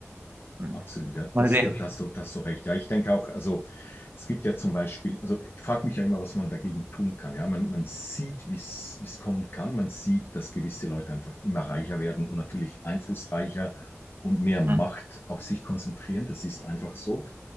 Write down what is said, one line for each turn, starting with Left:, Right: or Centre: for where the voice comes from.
Right: Hm.
Left: Absolut, ja,
Right: Mal
Left: das,
Right: sehen.
Left: da, da hast du, da hast du recht. Ja, ich denke auch, also es gibt ja zum Beispiel, also ich frage mich ja immer, was man dagegen tun kann. Ja, man, man sieht, wie es wie es kommen kann. Man sieht, dass gewisse Leute einfach immer reicher werden und natürlich einflussreicher und mehr Macht
Right: Hm.
Left: auf sich konzentrieren. Das ist einfach so.